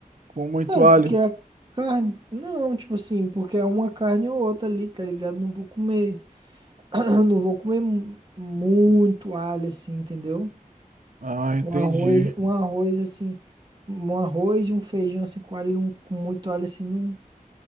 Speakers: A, on the right; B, on the right.
A: com muito
B: Cara,
A: alho?
B: porque a carne. Não, tipo assim, porque é uma carne ou outra ali, tá ligado? Não vou comer. <clears throat> Não vou comer mu- muito alho assim, entendeu?
A: Ah, entendi.
B: Um arroz, um arroz assim. Um arroz e um feijão assim com alho, um- com muito alho assim, não.